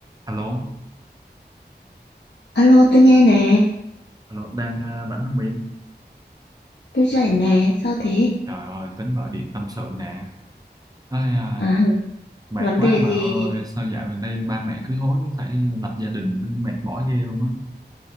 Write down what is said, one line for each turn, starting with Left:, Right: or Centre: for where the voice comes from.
Right: Alo,
Left: Alo, tôi nghe nè,
Right: alo, đang ờ, rảnh không Yên?
Left: tôi rảnh nè, sao thế?
Right: Trời ơi, tính gọi điện tâm sự nè. Ây, à,
Left: À, <laughs>
Right: mệt
Left: vấn
Right: quá
Left: đề
Right: bà
Left: gì?
Right: ơi, sao dạo gần đây ba mẹ cứ hối phải lập gia đình, mệt mỏi ghê luôn á.